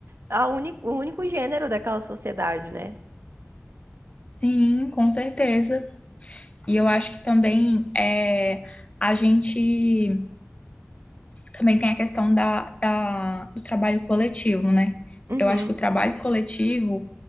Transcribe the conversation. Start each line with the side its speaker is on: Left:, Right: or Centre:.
Right: a uni- o único gênero daquela sociedade, né?
Left: Sim, com certeza. E eu acho que também é, a gente também tem a questão da, da- do trabalho coletivo, né?
Right: Uhum.
Left: Eu acho que o trabalho coletivo